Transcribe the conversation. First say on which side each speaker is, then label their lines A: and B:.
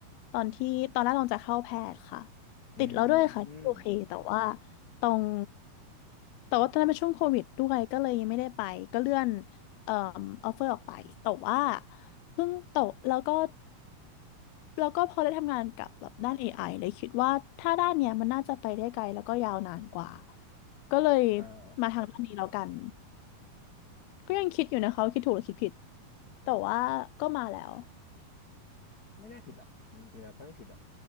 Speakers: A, on the left (about 85°); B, on the left (about 70°).
A: ตอนที่ตอนแรกตองจะเข้าแพทย์ค่ะ
B: อืมอืม
A: ติดแล้วด้วยค่ะที่โอเคแต่ว่าตรงแต่ว่าตอนนั้นเป็นช่วงโควิดด้วยก็เลยยังไม่ได้ไปก็เลื่อนเอ่อออฟเฟอร์ออกไปแต่ว่าเพิ่งตกแล้วก็ แล้วก็พอได้ทำงานกับแบบด้าน AI เลยคิดว่าถ้าด้านเนี้ยมันน่าจะไปได้ไกลแล้วก็ยาวนานกว่าก็เลย
B: อ่า
A: มาทางด้านนี้แล้วกันก็ยังคิดอยู่นะคะว่าคิดถูกหรือคิดผิดแต่ว่าก็มาแล้ว
B: ไม่น่าผิดหรอกอืมจริงๆแล้วก็ไม่ผิดหรอก